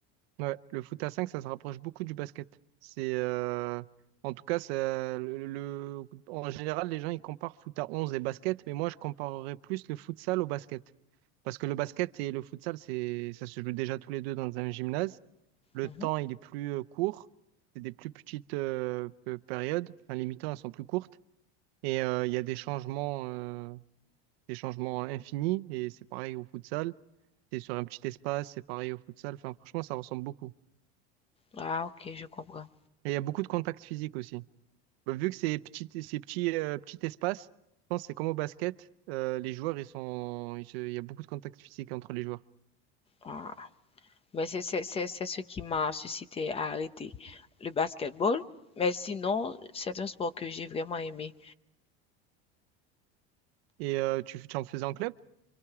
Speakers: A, on the right (about 80°); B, on the left (about 20°).
A: Ouais, le foot à 5 ça se rapproche beaucoup du basket. C'est euh, en tout cas, ça- le, le- en général, les gens ils comparent foot à 11 et basket, mais moi je comparerais plus le futsal au basket. Parce que le basket et le futsal, c'est, ça se joue déjà tous les deux dans un gymnase. Le
B: Mhm.
A: temps, il est plus euh, court. C'est des plus petites euh, p- périodes. Enfin, les mi-temps, elles sont plus courtes. Et euh, il y a des changements, euh, des changements infinis. Et c'est pareil au futsal. C'est sur un petit espace, c'est pareil au futsal. Enfin, franchement, ça ressemble beaucoup.
B: Ah, ok, je comprends.
A: Et il y a beaucoup de contacts physiques aussi. Bah, vu que c'est petit, c'est petit, euh, petit espace, je pense que c'est comme au basket. euh, les joueurs, ils sont, ils se- il y a beaucoup de contacts physiques entre les joueurs.
B: Ah. Mais c'est c'est- c'est- c'est ce qui m'a suscité à arrêter le basketball. Mais sinon, c'est un sport que j'ai vraiment aimé.
A: Et euh, tu, tu en faisais en club?